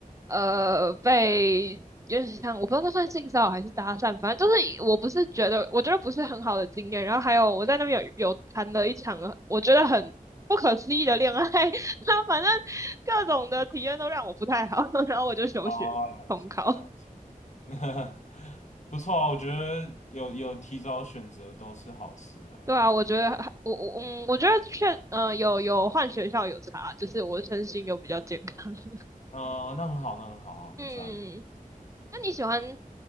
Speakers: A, on the right; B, on the left.
A: 呃，被就是像我不知道那算性骚扰还是搭讪，反正就是我不是觉得我觉得不是很好的经验，然后还有我在那边有有谈了一场我觉得很不可思议的恋爱，<laughs> 他反正各种的体验都让我不太好，<laughs> 然后我就休学重考。
B: 哦，了解了解，<laughs> 不错啊，我觉得有有提早选择都是好事啊。
A: 对啊，我觉得还我我嗯，我觉得确呃有有换学校有差，就是我身心有比较健康。<laughs>
B: 嗯、那很好，那很好啊，
A: 嗯，
B: 很赞。
A: 那你喜欢？